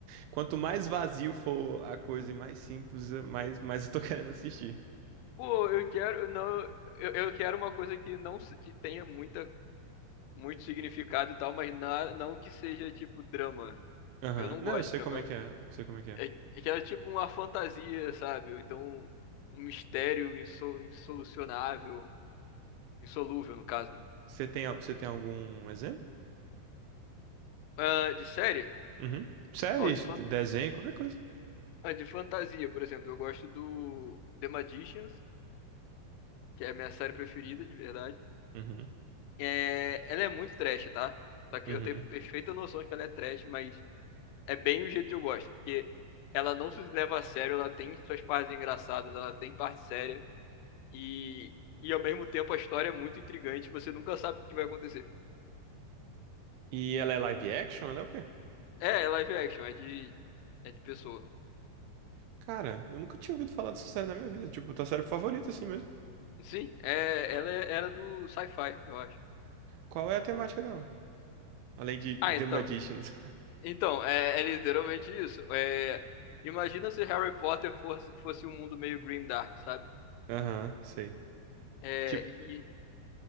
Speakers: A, on the right; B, on the left.
A: Quanto mais vazio for a coisa e mais simples, eu- mais, mais eu tô <laughs> querendo assistir.
B: Pô, eu quero, não, eu, eu quero uma coisa que não se- que tenha muita muito significado e tal, mas na, não que seja tipo drama.
A: Aham,
B: Eu não gosto
A: Não, eu sei
B: de drama.
A: como
B: Eu,
A: é que é, eu sei como é que é.
B: é, é que era tipo uma fantasia, sabe? Ou então um mistério insol, insolucionável, insolúvel no caso, né?
A: Você tem, al- você tem algum exemplo?
B: Ah, de série?
A: Uhum. Sério,
B: Oh,
A: isso,
B: de, fan-
A: desenho, qualquer coisa.
B: ah, de fantasia, por exemplo, eu gosto do The Magicians, que é a minha série preferida, de verdade.
A: Uhum.
B: É, ela é muito trash, tá? Só que
A: Uhum.
B: eu tenho perfeita noção de que ela é trash, mas é bem o jeito que eu gosto, porque ela não se leva a sério, ela tem suas partes engraçadas, ela tem parte séria e e ao mesmo tempo a história é muito intrigante, você nunca sabe o que vai acontecer.
A: E ela é live action? Ela é o quê?
B: É, é live action, é de é de pessoa.
A: Cara, eu nunca tinha ouvido falar dessa série na minha vida. Tipo, tua série favorita, assim mesmo.
B: Sim, é, ela é- era do sci-fi, eu acho.
A: Qual é a temática dela? Além de The
B: Ah, então,
A: Magicians.
B: então é, é literalmente isso. É, imagina se Harry Potter fosse fosse um mundo meio grim dark, sabe?
A: <laughs> Aham, sei.
B: É,
A: Tipo,
B: e